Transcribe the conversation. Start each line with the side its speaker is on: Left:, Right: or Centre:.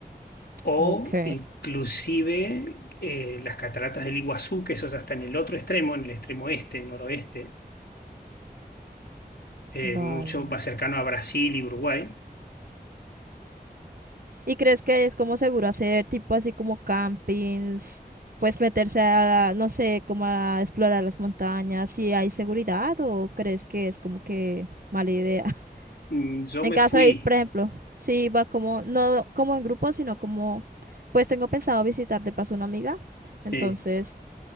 Left: o
Right: Ok,
Left: inclusive eh, las cataratas del Iguazú, que eso ya está en el otro extremo, en el extremo este, noroeste, eh,
Right: vale.
Left: mucho más cercano a Brasil y Uruguay.
Right: ¿Y crees que es como seguro hacer tipo así como campings, pues meterse a, no sé, como a explorar las montañas, si hay seguridad o crees que es como que mala idea? <laughs>
Left: Mm, Yo
Right: En
Left: me
Right: caso
Left: fui,
Right: de ir, por ejemplo, si va como, no como en grupo, sino como, pues tengo pensado visitar de paso una amiga,
Left: sí.
Right: entonces